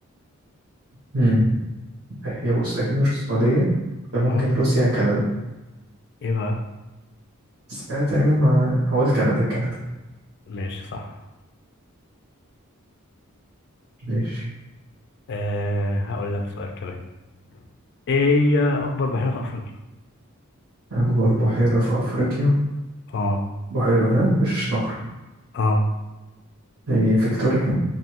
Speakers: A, on the right; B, on the left.
A: مم. هي بص أكيد مش السعودية ده ممكن
B: اه
A: روسيا يا كندا
B: ايه بقى؟
A: بس أنا تقريبا مع هقول كندا كندا
B: ماشي صح
A: ماشي
B: آه هقول لك سؤال كمان ايه هي أكبر بحيرة في أفريقيا؟
A: أكبر بحيرة في أفريقيا
B: اه
A: بحيرة ها مش نهر
B: اه
A: هي فيكتوريا